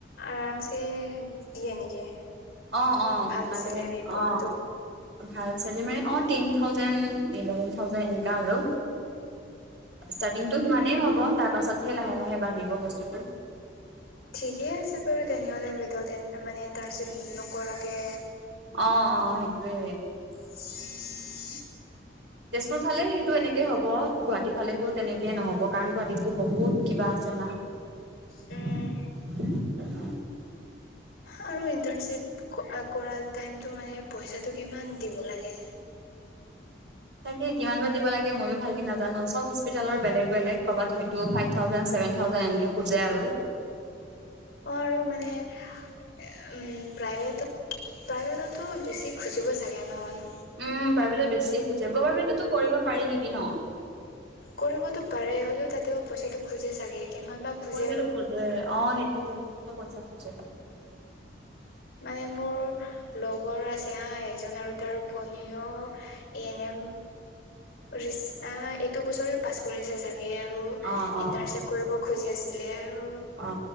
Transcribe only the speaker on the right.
অ অ
মানে
অ ভাল চেলৰি মানে অ' টেন থাউজেণ্ড ইলেভেন থাউজেণ্ড এনেকা আৰু। ষ্টাৰ্টিংটো সিমানেই হ'ব তাৰ পাছতহে লাহে-লাহে বাঢ়িব বস্তুটো।
অ অ সেইটোৱে
তেজপুৰ ফালে সেইটো এনেকে হ'ব, গুৱাহাটী ফালেতো তেনেকেইে নহ'ব, কাৰণ গুৱাহাটীতো বহুত কিবা আছে। জনাক
অহ
তাকে, কিমান বা দিব লাগে মচয়ো ভালকে নাজানো চব হস্পিতেলৰ বেলেগ বেলেগ ক'ৰবাত হয়তো ফাইভ-থাউজেণ্ট চেভেন থাউজেণ্ট, এনেকে খোজে আৰু।
উম প্ৰাইভেটত বেছি খোজে, গভমেণ্টো কৰিব পাৰি নেকি ন?
পইচাটো
খোজ অ সেইটোয়ে। পইচা খোজে
অ অ
অ